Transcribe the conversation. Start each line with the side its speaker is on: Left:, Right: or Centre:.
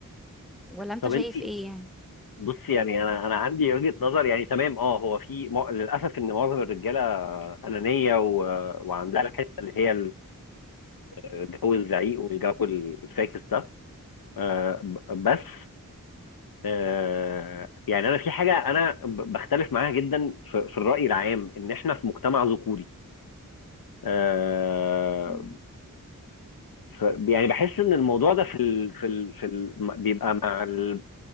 Centre: ولا انت
Left: طب
Centre: شايف
Left: انت
Centre: ايه يعني
Left: بص يعني انا انا عندي وجهة نظر يعني تمام اه هو في مع... للاسف ان معظم الرجاله انانيه و... وعندها الحته اللي هي الجو الزعيق والجو الفاكس ده آه ب- بس آه يعني انا في حاجه انا ب- بختلف معاها جدا في, في الراي العام ان احنا في مجتمع ذكوري آه
Centre: مم.
Left: ف... يعني بحس ان الموضوع ده في ال... في ال... في ال... بيبقى مع ال...